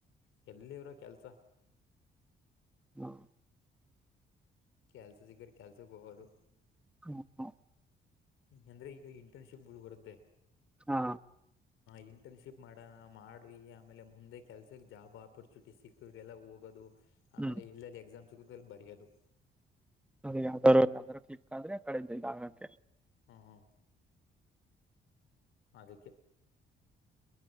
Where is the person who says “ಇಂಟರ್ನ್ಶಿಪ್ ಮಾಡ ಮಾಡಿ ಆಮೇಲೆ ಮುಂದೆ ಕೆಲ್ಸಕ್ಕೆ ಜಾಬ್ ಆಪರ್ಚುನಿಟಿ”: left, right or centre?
Left